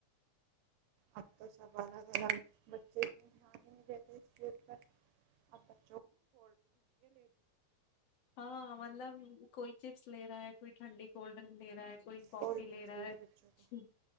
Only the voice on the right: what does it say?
اب تو سب الگ الگ بچے ا دھیان ہی نہیں دیتے اس ا
کولڈ
ڈرنک
چاہیے
بچوں کو